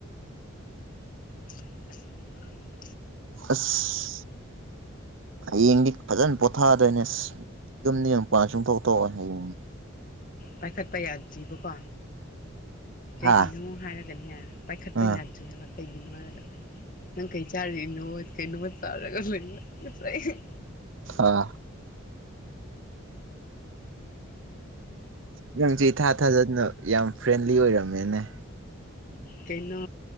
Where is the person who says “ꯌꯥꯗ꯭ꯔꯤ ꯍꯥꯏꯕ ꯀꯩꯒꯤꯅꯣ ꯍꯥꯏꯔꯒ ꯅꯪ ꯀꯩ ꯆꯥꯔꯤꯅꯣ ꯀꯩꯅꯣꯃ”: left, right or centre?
Left